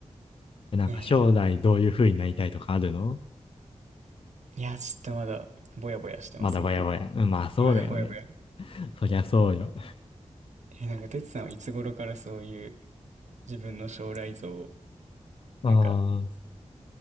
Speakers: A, on the left; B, on the right.
A: でなんか将来どういう風になりたいとかあるの
B: んえーいや、ちょっとまだ、ぼやぼやしてます、
A: まだばやばや。
B: 僕。
A: うん、まあそうだよね。
B: まだぼやぼや。
A: そりゃそうよ。
B: えー、なんか、てつさんはいつ頃からそういう自分の将来像を、
A: ああ、
B: なんか、